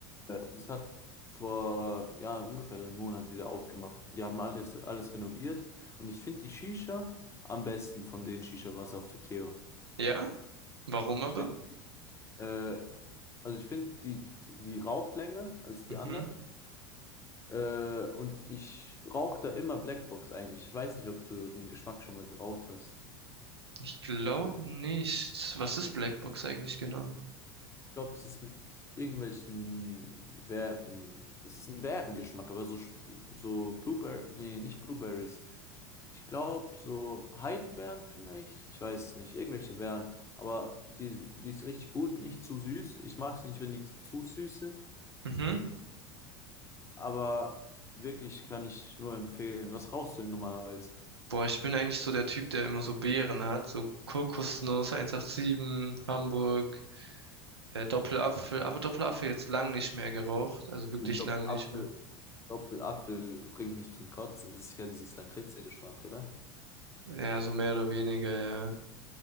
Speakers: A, on the left; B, on the right.
A: Äh, Das hat vor ja ungefähr einem Monat wieder aufgemacht. Die haben alles, alles renoviert und ich finde die Shisha am besten von den Shisha-Bars auf der Theo.
B: Ja? Warum
A: Ich
B: aber?
A: finde, äh, also ich finde die, die raucht länger als die
B: Mhm.
A: anderen. Äh, und ich rauche da immer Blackbox eigentlich. Ich weiß nicht, ob du den Geschmack schon mal geraucht hast.
B: Ich glaube nicht. Was ist Blackbox eigentlich genau?
A: Ich glaube, es ist mit irgendwelchen Beeren. Es ist ein Beerengeschmack, aber so, schw- so Blueberry. Nee, nicht Blueberries. Ich glaube, so Heidelbeeren vielleicht. Ich weiß es nicht. Irgendwelche Beeren. Aber die, die ist richtig gut. Nicht zu süß. Ich mag es nicht, wenn die zu süß sind.
B: Mhm.
A: Aber wirklich kann ich nur empfehlen. Was rauchst du denn normalerweise?
B: Boah, ich bin eigentlich so der Typ, der immer so Beeren hat, so Kokosnuss 187, Hamburg. Äh, Doppelapfel, aber Doppelapfel jetzt lang nicht mehr geraucht, also wirklich
A: Ein Doppelapfel,
B: lang nicht mehr.
A: Doppelapfel bringt mich zum Kotzen. Das ist ja dieses Lakritze-Geschmack, oder?
B: Ja, so mehr oder weniger, ja.